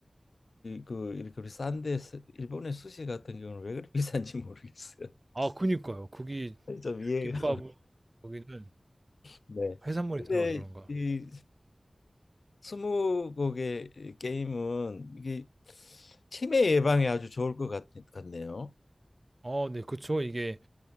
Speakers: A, on the left; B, on the right.
A: 그 이렇게 우리 싼데 스- 일본의 수시 같은 경우는 왜 그렇게 비싼지 모르겠어요.
B: 아 그니까요. 거기
A: <laughs> 좀 이해가.
B: 김밥은 거기는
A: 네.
B: 해산물이
A: 근데
B: 들어가서 그런가.
A: 이 스무 곡의 게임은 이게 치매 예방에 아주 좋을 것 같, 같네요.
B: 어, 네, 그쵸. 이게